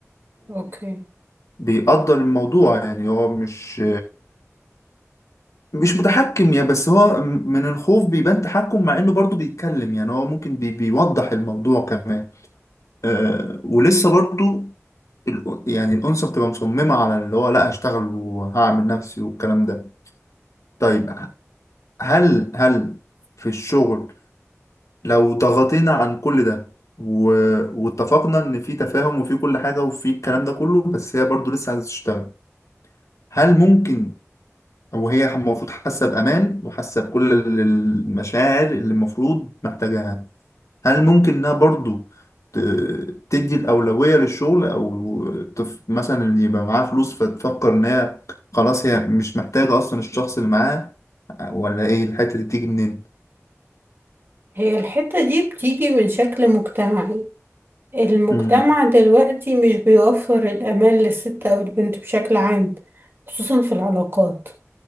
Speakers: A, on the right; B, on the left.
A: اوكي
B: بيقدر الموضوع يعني هو مش مش متحكم يعني بس هو من الخوف بيبان تحكم مع انه برضو بيتكلم يعني هو ممكن بي بيوضح الموضوع كمان آه ولسه برضو ال- يعني الأنثى بتبقى مصممة على اللي هو لا هشتغل وهعمل نفسي والكلام ده طيب هل هل في الشغل لو ضغطينا عن كل ده و... واتفقنا ان في تفاهم وفي كل حاجة وفي الكلام ده كله بس هي برضو لسه عايزة تشتغل هل ممكن وهي ح- المفروض حاسة بأمان وحاسة بكل ال- المشاعر اللي المفروض محتاجاها هل ممكن إنها برضو ت- تدي الأولوية للشغل أو تف... مثلا اللي يبقى معاها فلوس فتفكر إن هي خلاص هي مش محتاجة أصلا الشخص اللي معاها ولا إيه الحتة دي بتيجي منين؟
A: هي الحتة دي بتيجي من شكل مجتمعي المجتمع
B: امم
A: دلوقتي مش بيوفر الأمان للست أو البنت بشكل عام خصوصا في العلاقات